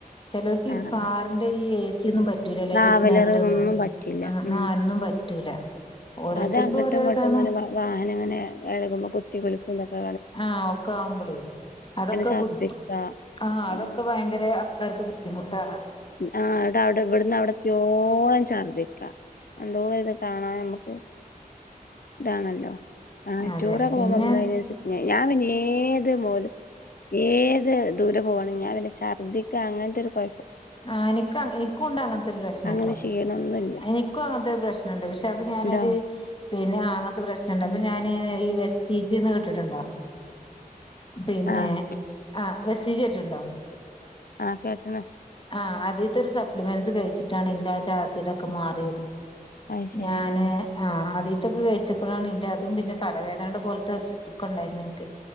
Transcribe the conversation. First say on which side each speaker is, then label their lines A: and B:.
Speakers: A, on the left; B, on the left.
A: ചിലർക്ക്
B: ആഹ്
A: കാറിന്റെ ഈ ഏസ സായൊന്നും പറ്റൂലലെ
B: ട്രാവലർതൊന്നും
A: അതിന്റെ സ്മെല്ലൊന്നും
B: പറ്റില്ല
A: മ്മ്
B: ഉം
A: ആ ന്നും പറ്റ് പറ്റൂല ഓരോരുത്തർക്കും
B: അത് അങ്ങട്ടും
A: ഓരോ
B: ഇങ്ങട്ടുങ്ങനെ
A: ഇതാണ്
B: വാഹനം ഇങ്ങനെ എളകുമ്പോ കുത്തി കുലുക്കുന്നൊക്കെ
A: ആ ഒക്കെ ആവുമ്പളേ അതൊക്കെ
B: ഛർദ്ദിക്ക
A: ബുദ് ആ അതൊക്കെ
B: ആഹ്
A: ഭയങ്കര ആൾക്കാർക്ക് ബുദ് ദ്ധിമുട്ടാണ് ത്
B: ആ അവിടെ അവിടെ ഇവിടുന്ന് അവിടെത്തിയോളം ചർദി ക്ക എന്തോ ഇത് കാണാൻ നമുക്ക് ഇതാണല്ലോ ആ
A: അതെ
B: ടൂറൊക്കെ
A: പിന്നെ
B: പോകുമ്പോൾ നമ്മള് അതിനനുസരിച്ച് ഞാൻ പിന്നെ ഏത് മോലും ഏത് ദൂരെ പോവണിം ഞാൻ പിന്നെ ഛർദ്ദിക്ക അങ്ങൻത്തെ ഒരു പ
A: ആ നിക്ക എനിക്കുണ്ട് അങ്ങനത്തെ ഒരു പ്രശ്നം
B: അങ്ങനെ
A: ട്ടോ
B: ക്ഷീണൊന്നുല്ല
A: എനിക്കും അങ്ങനത്തെ ഒരു പ്രശ്നുണ്ട് പക്ഷെ അപ്പൊ ഞാനൊരു
B: ഇണ്ടോ
A: പിന്നെ ആങ്ങ പ്രശ്നണ്ട്
B: ഉം
A: അപ്പ ഞാന് ഈ വെഷ് ചീജിന്ന് കെട്ടിട്ടുണ്ടോ പിന്നെ
B: ആഹ്
A: ആഹ് വെഷ് ചീച് കേട്ടണ്ടോ
B: ആഹ് കേട്ടണ്
A: ആ അതീത്തെ ഒരു സപ്ലിമെന്റ്സ് കഴിച്ചിട്ടാണ് ന്റെ ആ ഛർദിതൊക്കെ മാറിയത്
B: അത് ശരി
A: ഞാന്
B: ആഹ്
A: ആഹ് അത് ഇതൊക്കെ കഴിച്ചപ്പോഴാണ് ന്റെ അതും പിന്നെ തലവേദനയുടെ പോലത്തെ സ് ദുഖ ഉണ്ടായിരുന്നു എനിക്ക്